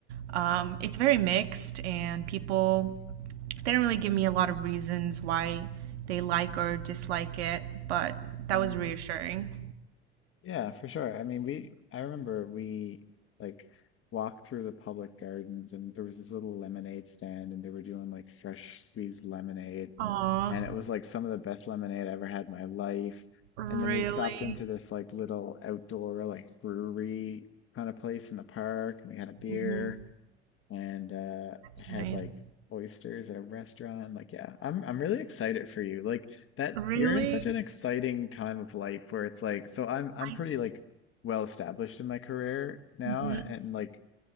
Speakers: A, on the right (about 75°); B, on the left (about 40°).
A: um, it's very mixed, and people They didn't really give me a lot of reasons why they like or dislike it, but that
B: Mm,
A: was reassuring.
B: Yeah, for sure. I mean, we I remember we like walked through the public gardens and there was this little lemonade stand and they were doing like fresh squeezed lemonade
A: Aw,
B: and it was like some of the best lemonade I ever had in my life.
A: really?
B: And then we stopped into this like little outdoor like brewery kind of place in the park, and we had a beer
A: hmm
B: and uh
A: That's
B: had
A: nice.
B: like oysters at a restaurant. Like, yeah, I'm I'm really excited for you. Like that
A: Really?
B: you're in such an exciting time of life where it's like so I'm
A: I
B: I'm pretty like well established in my career now
A: hmm
B: and, and like